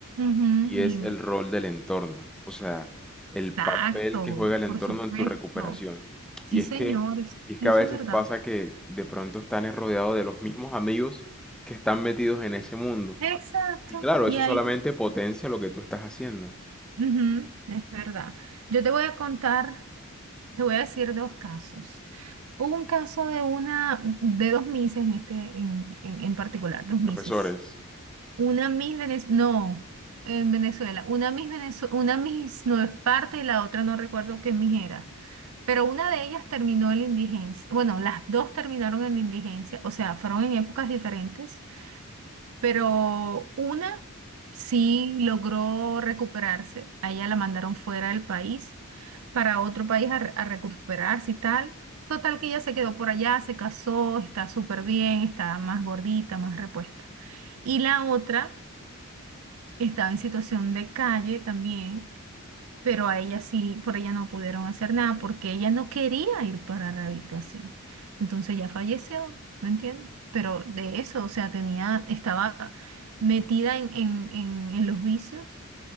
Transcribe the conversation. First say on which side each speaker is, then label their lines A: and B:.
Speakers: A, on the right; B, in the centre.
A: Ujú,
B: Y es
A: dime.
B: el rol del entorno. O sea, el
A: Exacto,
B: papel que juega el entorno
A: por supuesto.
B: en tu recuperación.
A: Sí,
B: Y es
A: señor,
B: que,
A: es-
B: y es
A: eso
B: que a veces
A: es verdad.
B: pasa que de pronto están rodeados de los mismos amigos que están metidos en ese mundo
A: Exacto.
B: Y claro,
A: Y
B: eso
A: ahí,
B: solamente potencia lo que tú estás haciendo.
A: ujú, es verdad. Yo te voy a contar, te voy a decir dos casos. Hubo un caso de una, de dos mises en este, en, en- en particular, dos mises.
B: Profesores,
A: Una Miss Venezuela, no, en Venezuela. Una Miss Venezuela, una Miss no es parte y la otra no recuerdo qué Miss era. Pero una de ellas terminó en la indigencia. Bueno, las dos terminaron en la indigencia, o sea, fueron en épocas diferentes, pero una sí logró recuperarse. A ella la mandaron fuera del país para otro país a, re- a recuperarse y tal. Total que ella se quedó por allá, se casó, está súper bien, está más gordita, más repuesta. Y la otra estaba en situación de calle también, pero a ella sí, por ella no pudieron hacer nada porque ella no quería ir para rehabilitación. Entonces ya falleció, ¿me entiendes? Pero de eso, o sea, tenía, estaba metida en, en, en, en los vicios